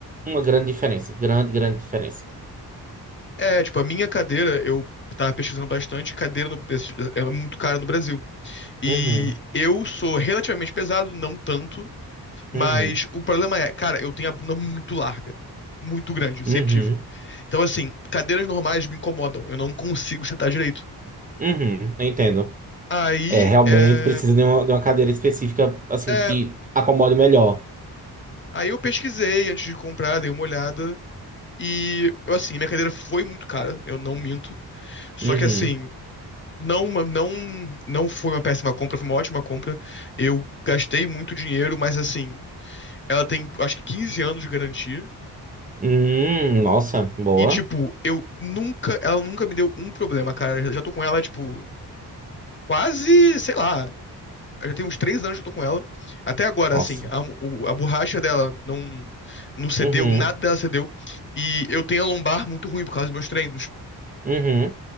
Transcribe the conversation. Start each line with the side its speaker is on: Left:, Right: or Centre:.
Right: é uma grande diferença. Grande, grande diferença.
Left: É, tipo, a minha cadeira, eu tava pesquisando bastante, cadeira no, esse- é muito cara no Brasil. E
Right: Uhum,
Left: eu sou relativamente pesado, não tanto, Mas
Right: uhum,
Left: o problema é, cara, eu tenho a bunda muito larga. Muito grande,
Right: uhum,
Left: sempre tive. Então, assim, cadeiras normais me incomodam. Eu não consigo sentar direito.
Right: uhum. Entendo.
Left: Aí,
Right: É, realmente
Left: é,
Right: precisa de uma, de uma cadeira específica, assim,
Left: é,
Right: que acomode melhor.
Left: aí eu pesquisei antes de comprar, dei uma olhada. E, eu, assim, minha cadeira foi muito cara, eu não minto. Só
Right: Uhum.
Left: que, assim, não, uma- não, não foi uma péssima compra, foi uma ótima compra. Eu gastei muito dinheiro, mas, assim, ela tem, acho que 15 anos de garantia.
Right: Hum, nossa, boa.
Left: E, tipo, eu nunca. Ela nunca me deu um problema, cara. Eu já tô com ela, tipo, quase, sei lá. Já tem uns três anos que eu tô com ela. Até agora,
Right: Nossa.
Left: assim, a, o- a borracha dela não, não cedeu,
Right: Uhum.
Left: nada dela cedeu. E eu tenho a lombar muito ruim por causa dos meus treinos.
Right: Uhum.